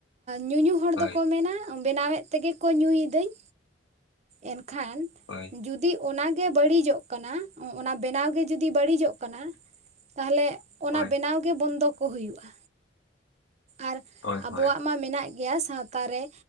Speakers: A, on the right (about 35°); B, on the left (about 90°).
A: ᱧᱩ ᱧᱩ ᱦᱚ
B: ᱦᱳᱭ
A: ᱠᱚ ᱢᱮᱱᱟ ᱵᱮᱱᱟᱣᱮᱫ ᱛᱮᱜᱮ ᱠᱚ ᱧᱩᱭ ᱮᱫᱟᱹᱧ᱾ ᱮᱱᱠᱷᱟᱱ᱾
B: ᱦᱳᱭ᱾
A: ᱡᱩᱫᱤ ᱚᱱᱟᱜᱮ ᱵᱟᱹᱲᱤᱡᱚᱜ ᱠᱟᱱᱟ ᱚᱱᱟ ᱵᱮᱱᱟᱣ ᱜᱮ ᱡᱩᱫᱤ ᱵᱟᱹᱲᱤᱡᱚᱜ ᱠᱟᱱᱟ᱾ ᱛᱟᱦᱞᱮ ᱚᱱᱟ
B: ᱦᱳᱭ
A: ᱵᱮᱱᱟᱣᱜᱮ ᱵᱚᱱᱫᱚ ᱠᱚ ᱦᱩᱭᱩᱜ-ᱟ᱾ ᱟᱨ
B: ᱦᱳᱭ ᱦᱳᱭ
A: ᱟᱵᱚᱣᱟᱜ
B: ᱦᱳᱭ
A: ᱢᱟ ᱢᱮᱱᱟᱜ ᱜᱮᱭᱟ ᱥᱟᱶ ᱛᱟᱨᱮ